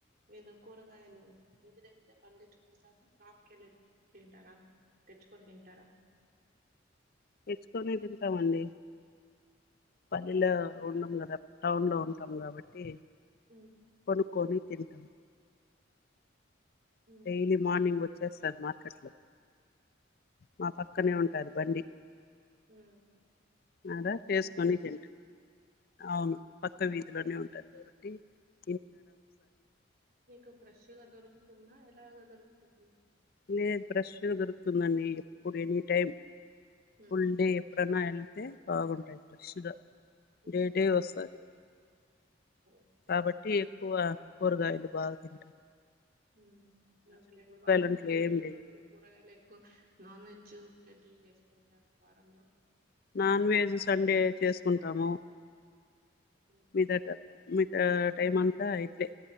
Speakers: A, on the right; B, on the left.
A: మీరు కూరగాయలు ఇంటి దగ్గరే పండించుకుంటారా షాప్కి కెళ్ళి తింటారా. తెచ్చుకొని తింటారా.
B: తెచ్చుకొనే తింటామండి. పల్లిలో ఉండం గదా టౌన్ లో ఉంటాం కాబట్ <unintelligible>
A: ఉమ్,
B: కొనుకోని తింటాం.
A: ఉమ్,
B: డేలీ మార్నింగ్ వచ్చేస్త. మార్కెట్లో. మా పక్కనే ఉంటది బండి.
A: మ్మ్
B: అర ఏసుకొని తింటంది అవును పక్క వీధిలోనే ఉంటంది కదా ది
A: మీకు ఫ్రెష్ గా దొరుకుతుందా ఎలాగ దొరుకుతుంది.
B: ఏ ఫ్రెష్ గా దొరుకుతుందండి ఎప్పుడు ఎని టైం
A: ఉమ్,
B: ఫుల్ డే ఎప్పుడనా.. అయితే బాగుంటాయి ఫ్రెష్ గా
A: ఉమ్.
B: డేటే వస్తాయ్
A: ఓకే
B: కాబట్టి
A: ఓకే
B: ఎక్కువ కూరగాయలు బాగు- <unintelligible>
A: మ్మ్ ఓకే అండి వారం.
B: అంట్లు
A: ఈ
B: ఏం
A: ఊర్లో
B: లేవు
A: మీరు కూరగాయలు ఎక్కువ నాన్ వెజ్ సెట్లు చేసుకుంటారు వారం లో
B: నాన్ వెజ్ సండే చేసుకుంటాము
A: హ్మ్
B: మీదట మీ టైమ్ అంతా ఇట్లే